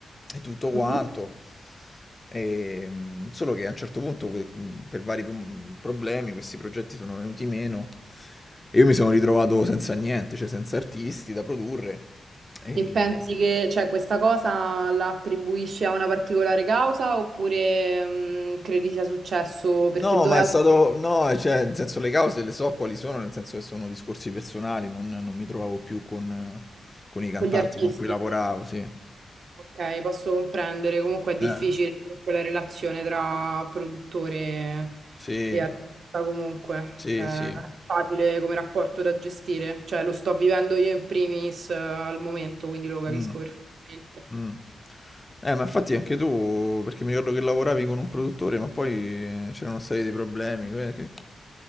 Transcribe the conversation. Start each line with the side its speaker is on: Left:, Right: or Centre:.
Left: e tutto quanto.
Right: mhm.
Left: Ehm, solo che a un certo punto, que- mh, per vari mh, problemi, questi progetti sono venuti meno e io mi sono ritrovato senza niente, cioè senza artisti da produrre. E-
Right: E pensi che, cioè, questa cosa la attribuisci a una particolare causa oppure mh, credi sia successo perché
Left: No,
Right: doveva
Left: ma è stato, no, cioè, nel senso le cause le so quali sono, nel senso che sono discorsi personali, non, non mi trovavo più con, con i cantanti
Right: con gli artisti?
Left: con cui lavoravo, sì.
Right: Ok, posso comprendere. Comunque è difficile
Left: Eh,
Right: comunque la relazione tra produttore
Left: sì,
Right: e artista comunque.
Left: sì,
Right: Cioè,
Left: sì.
Right: non è facile come rapporto da gestire. Cioè, lo sto vivendo io in primis eh, al momento, quindi lo capisco
Left: Mm.
Right: perfettamente.
Left: Mh. Eh, ma infatti anche tu perché mi ricordo che lavoravi con un produttore, ma poi eh, c'erano stati dei problemi, que che